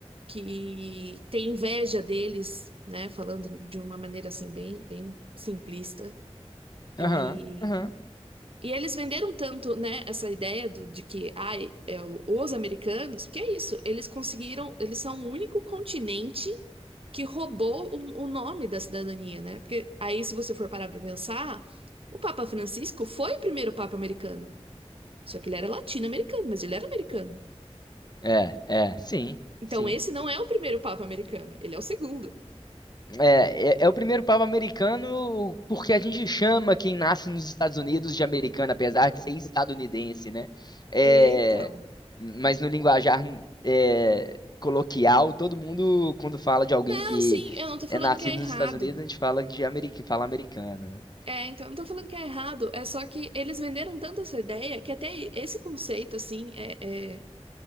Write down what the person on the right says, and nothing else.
que tem inveja deles, né? Falando de uma maneira assim, bem, bem simplista. E
e eles venderam tanto, né, essa ideia do, de que, ai, é, o- os americanos, que é isso, eles conseguiram, eles são o único continente que roubou o, o nome da cidadania, né? Porque aí, se você for parar pra pensar, o Papa Francisco foi o primeiro Papa americano. Só que ele era latino-americano, mas ele era americano.
Então,
esse não é o primeiro Papa americano, ele é o segundo.
É, então.
Não,
sim, eu não tô falando
que é
errado.
É, então, não tô falando que é errado, é só que eles venderam tanto essa ideia que até esse conceito, assim, é, é-